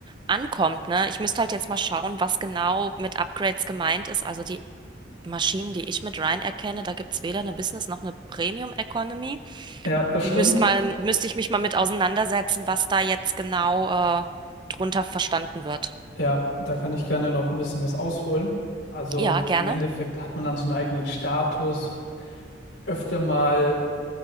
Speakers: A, on the right (about 25°); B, on the left (about 80°).
A: ankommt, ne? Ich müsste halt jetzt mal schauen, was genau mit Upgrades gemeint ist. Also die Maschinen, die ich mit Ryan erkenne, da gibt's weder eine Business noch eine Premium Economy.
B: ja, das
A: Müsste
B: stimmt.
A: man, müsste ich mich mal mit auseinandersetzen, was da jetzt genau äh, drunter verstanden wird.
B: Ja, da kann ich gerne noch ein bisschen was ausholen. Also
A: Ja, gerne.
B: im Endeffekt hat man dann so einen eigenen Status, hat öfter mal